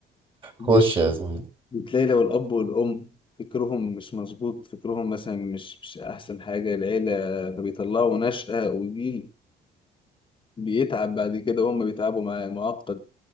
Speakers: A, on the left; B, on the right.
A: ب-
B: خش يا زميلي
A: بتلاقي لو الاب والام فكرهم مش مظبوط فكرهم مثلا مش مش احسن حاجه العيله فبيطلعوا نشأة وجيل بيتعب بعد كده وهم بيتعبوا مع معقد